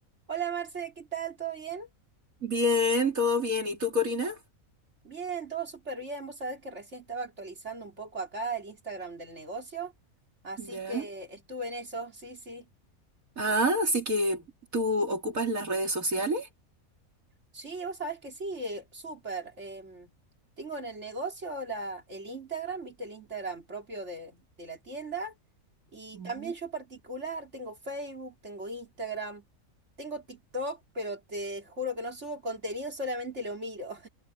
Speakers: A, on the right; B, on the right.
A: Hola Marce, ¿qué tal? ¿Todo bien?
B: Bien, todo bien. ¿Y tú, Corina?
A: Bien, todo súper bien. Vos sabés que recién estaba actualizando un poco acá el Instagram del negocio, así
B: Ya.
A: que estuve en eso, sí, sí.
B: Ah, así que tú ocupas las redes sociales.
A: Sí, vos sabés que sí, eh, súper. em, tengo en el negocio la, el Instagram, viste el Instagram propio de, de la tienda, y
B: Ujú.
A: también yo particular, tengo Facebook, tengo Instagram, tengo TikTok, pero te juro que no subo contenido, solamente lo miro.